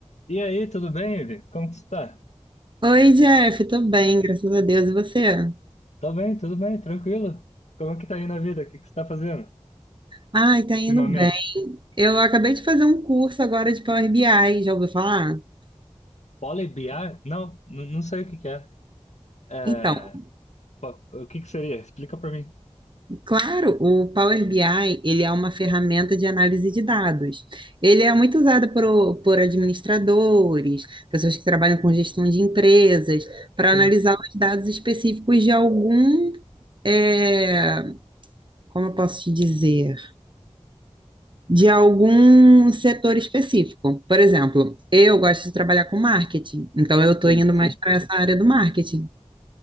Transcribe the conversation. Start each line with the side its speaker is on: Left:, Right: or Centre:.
Left: E aí, tudo bem, Ivi? Como que você tá?
Right: Oi, Jeff, tô bem, graças a Deus. E você?
Left: Tô bem, tudo bem, tranquilo. Como que tá aí na vida? O que que você tá fazendo
Right: Ai, tá
Left: ultimamente?
Right: indo bem. Eu acabei de fazer um curso agora de Power BI, já ouviu falar?
Left: Pole BI? Não, n- não sei o que que é. É,
Right: Então,
Left: po- o que que seria? Explica pra mim.
Right: claro, o Power BI, ele é uma ferramenta de análise de dados. Ele é muito usado por, por administradores, pessoas que trabalham com gestão de empresas, para
Left: Sim,
Right: analisar os dados específicos de algum, eh, como eu posso te dizer? de algum setor específico. Por exemplo, eu gosto de trabalhar com marketing, então eu estou
Left: sim,
Right: indo
Left: sim.
Right: mais para essa área do marketing.